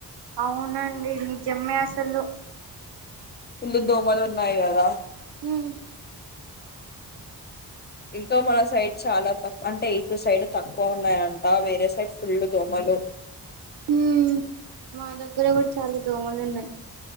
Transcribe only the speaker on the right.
అవునండి నిజమే అసలు
మ్మ్
ఉమ్ మా దగ్గర కూడా చాలా దోమలు ఉన్నాయి